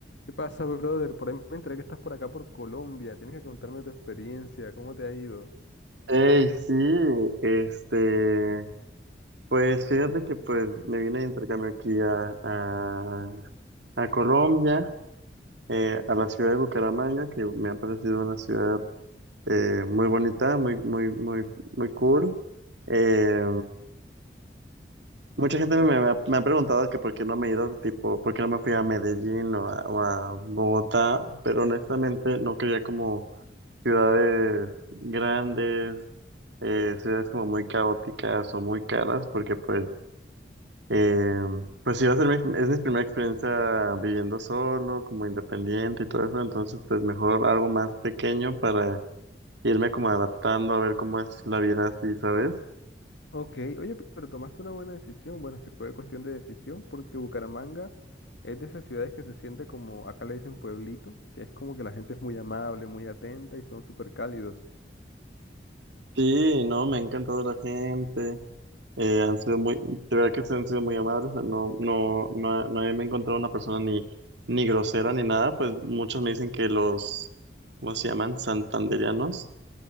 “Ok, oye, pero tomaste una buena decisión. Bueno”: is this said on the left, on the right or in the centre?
Left